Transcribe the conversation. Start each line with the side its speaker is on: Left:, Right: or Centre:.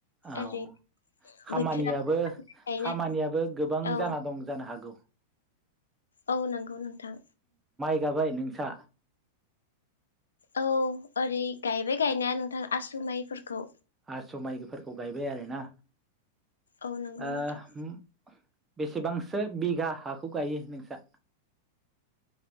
Right: औ
Left: ओरै
Right: खामानियाबो
Left: बोथोरा गायनाय
Right: खामानियाबो गोबां
Left: औ।
Right: जाना दं जानो हागौ
Left: औ नोंगौ नोंथां।
Right: जाबाय नोंसा।
Left: औ ओरै गायबाय गायनाया नोंथां आसु माइफोरखौ।
Right: आसु माइफोरखौ गायबाय आरोना।
Left: औ नंगौ
Right: ओ
Left: नोंथां
Right: उम बेसेबांसो बिगा हाखौ गायो नोंसा?